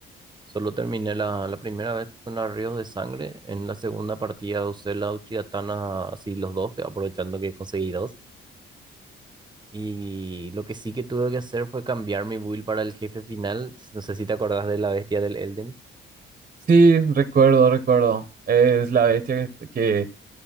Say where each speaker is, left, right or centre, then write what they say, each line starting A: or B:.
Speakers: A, on the right; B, on the right.
A: solo terminé la, la primera vez con la Ríos de Sangre. En la segunda partida usé la Uchigatana así los dos, aprovechando que conseguí dos. Y lo que sí que tuve que hacer fue cambiar mi build para el jefe final. No sé si te acordás de la bestia del Elden.
B: Sí, recuerdo, recuerdo. Es la bestia que, que